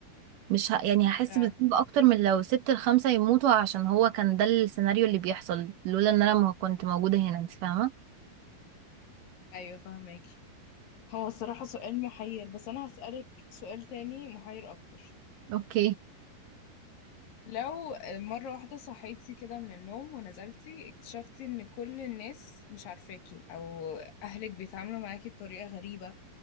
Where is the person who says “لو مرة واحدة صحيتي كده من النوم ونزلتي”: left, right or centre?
Left